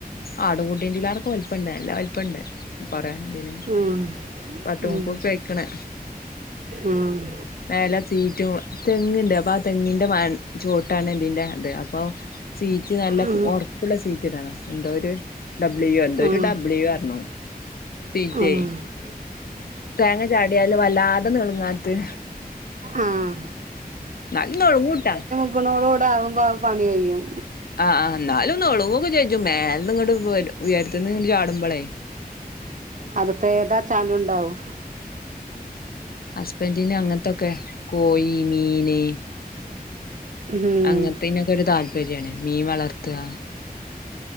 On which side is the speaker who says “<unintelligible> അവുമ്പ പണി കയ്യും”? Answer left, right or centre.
Right